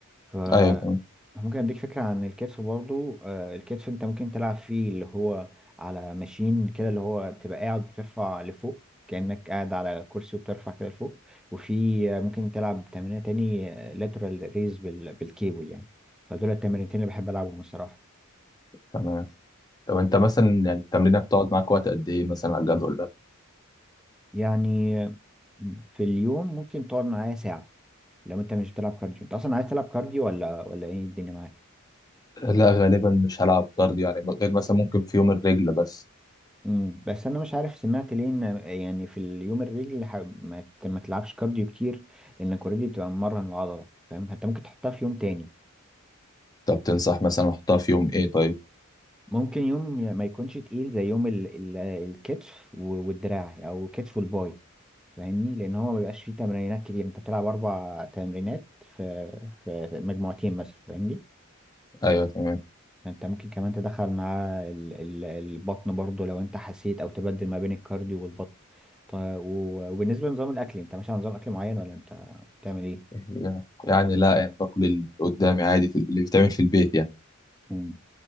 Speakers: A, in the centre; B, on the left (about 20°).
A: ف
B: ايوه تمام
A: ممكن اديك فكره عن الكتف برضو آه، الكتف انت ممكن تلعب فيه اللي هو على ماشين كده اللي هو بتبقى قاعد وترفع لفوق كأنك قاعد على كرسي وبترفع كده لفوق وفي آه، ممكن تلعب تمرينة تاني لاترال ريز بالكيبل يعني فدول التمرينتين اللي بحب العبهم بصراحه
B: تمام طب انت مثلا يعني التمرينه بتقعد معاك وقت قد ايه مثلا على الجدول ده
A: يعني في اليوم ممكن تقعد معايا ساعة لو انت مش بتلعب كارديو انت اصلا عايز تلعب كارديو ولا ولا ايه الدنيا معاك
B: لا غالبا مش هلعب كارديو يعني غير مثلا ممكن في يوم الرجل بس
A: امم بس انا مش عارف سمعت ليه ان يعني في اليوم الرجل ح- ما ت- ما تلعبش كارديو كتير لانك اوريدي بتبقى ممرن العضلة فاهم فانت ممكن تحطها في يوم تاني
B: طب تنصح مثلا احطها في يوم ايه طيب
A: ممكن يوم ما يكونش تقيل زي يوم ال ال الكتف و- والدراع او كتف والباي فاهمني لان هو ما بيبقاش فيه تمرينات كتير انت بتلعب اربع تمرينات في في مجموعتين مثلا فاهمني
B: ايوه تمام
A: انت ممكن كمان تدخل معاه ال- ال- البطن برضو لو انت حسيت او تبدل ما بين الكارديو والبطن طيب و- وبالنسبه لنظام الاكل انت ماشي على نظام اكل معين ولا انت بتعمل ايه
B: هي- يعني لا يعني باكل اللي قدامي عادي في اللي بيتعمل في البيت يعني
A: مم.